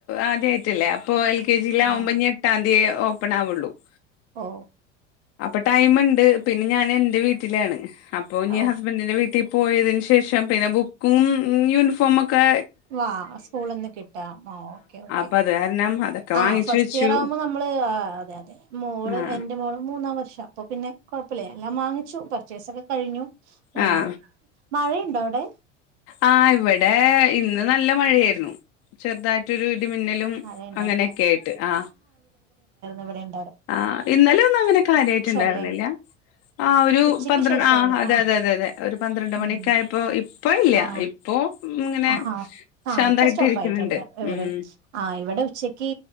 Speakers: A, on the left; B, on the right.
A: ആദ്യയിട്ടല്ലേ അപ്പൊ എൽ കെ ജി യി ലാവുമ്പ
B: അങ്ങനെ
A: എട്ടാം തീയ- ഓപ്പണാവുള്ളൂ-
B: ഓ
A: അപ്പൊ ടൈമ് ഉണ്ട് പിന്നെ ഞാൻ എന്റെ വീട്ടിലാണ്- അപ്പൊ ഇനി
B: ഓ
A: ഹസ്ബന്റിന്റെ വീട്ടി പോയതിന് ശേഷം പിന്നെ ബുക്കും യൂണിഫോമോക്കെ
B: വാ സ്കൂളിന്ന് കിട്ടാ ആ ഓക്കേ ഓക്കേ
A: അപ്പൊ അത് കാരണം അതൊക്കെ
B: ആ
A: വാങ്ങിച്ചു
B: ഫസ്റ്റ്
A: വെച്ചു
B: ഇയർ ആകുമ്പോൾ നമ്മള് അതെ അതെ മോള്
A: ആ
B: എന്റെ മോള് മൂന്നാം വർഷം അപ്പൊ പിന്നെ <unintelligible> എല്ലാം വാങ്ങിച്ചു പർച്ചേസ് ഒക്കെ കഴിഞ്ഞു
A: ആ
B: വന്നു
A: ആ
B: മഴയുണ്ടോ അവിടെ
A: ആഹ് ഇവിടെ ഇന്ന് നല്ല മഴയായിരുന്നു ചെറുതായിട്ടൊരു മിന്നലും
B: മഴയുണ്ടല്ലേ
A: അങ്ങനെയൊക്കെ ആയിട്ട് ആ
B: ഇവടേം
A: ആ് ഇന്നലെ ഒന്നും അങ്ങനെ കാര്യമായിട്ടുണ്ടായിരുന്നില്ല
B: അല്ലേ
A: ആ ഒരു
B: ഉച്ചക്ക്
A: പന്ത്രണ്ട്
B: ശേഷം
A: ആ്
B: അല്ലേ
A: അതെ
B: ആ
A: അതെ അതെ അതെ ഒരു പന്ത്രണ്ട് മണിക്കയപ്പോ
B: ഉം
A: ഇപ്പ ഇല്ല
B: ആ
A: ഇപ്പോ ഇങ്ങനെ
B: ആഹാ ആ
A: ശാന്തായിട്ട്
B: ഇപ്പൊ സ്റ്റോപ്പ്
A: ഇരിക്കുന്നുണ്ട്
B: ആയിട്ടുണ്ട് ഇവിടെ
A: ഉം
B: ആ ഇവിടെ ഉച്ചക്ക്